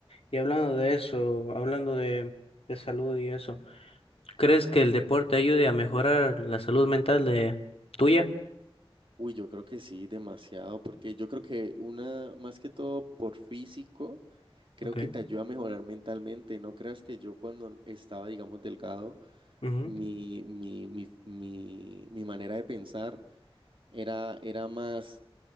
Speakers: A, on the left; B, on the right.
A: Y hablando de eso, hablando de, de salud y eso, ¿crees que el deporte ayude a mejorar la salud mental de tuya?
B: Uy, yo creo que sí, demasiado, porque yo creo que una, más que todo por físico, creo
A: Okay.
B: que te ayuda a mejorar mentalmente. No creas que yo cuando estaba, digamos, delgado,
A: Ujú,
B: mi, mi, mi, mi, mi manera de pensar era, era más